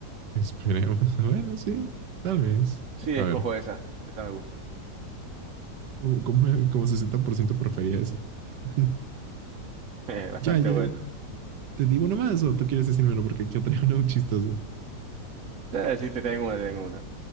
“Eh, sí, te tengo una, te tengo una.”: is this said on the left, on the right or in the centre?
Right